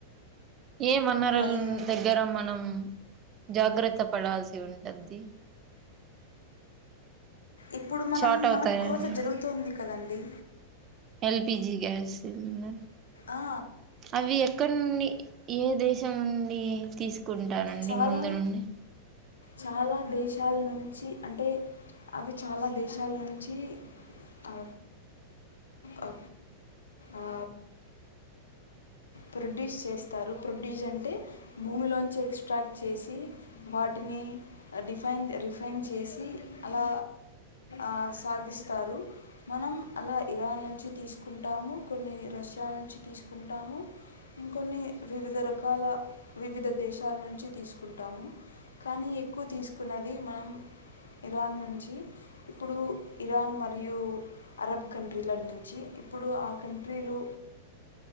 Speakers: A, on the right (about 35°); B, on the left (about 85°).
A: ఏ వనరులు
B: మరియు
A: దగ్గర మనం జాగ్రత్త పడాల్సి ఉంటంది
B: ఇప్పుడు మనం
A: షార్ట్ అవుతాయని
B: మన కృత జరుగుతూంది కదండి
A: ఎల్పిజి గ్యాస్ సిలిండర్
B: ఆ
A: అవి ఎక్కడ నుండి ఏ దేశం నుండి తీసుకుంటానండి
B: చాలా
A: ముందు నుండి
B: చాలా దేశాల నుంచి అంటే అవి చాలా దేశాల నుంచి ఆ ఆ ఆ ప్రొడ్యూస్ చేస్తారు ప్రొడ్యూసన్ భూమిలోంచి ఎక్స్ట్రాక్ట్ చేసి వాటిని డిఫైన్ రిఫైన్ చేసి అ ఆ సాగిస్తారు మనం అలా ఇరాన్ నుంచి తీసుకుంటాము కొన్ని రష్యా నుంచి తీసుకుంటాము. ఇంకొన్ని వివిధ రకాల. వివిధ దేశాల నుంచి తీసుకుంటాము కానీ ఎక్కువ తీసుకున్నది మనం ఇరాన్ నుంచి ఇప్పుడు ఇరాన్ మరియు అరబ్ కంట్రీల నుంచి. ఇప్పుడు ఆ కంట్రీలు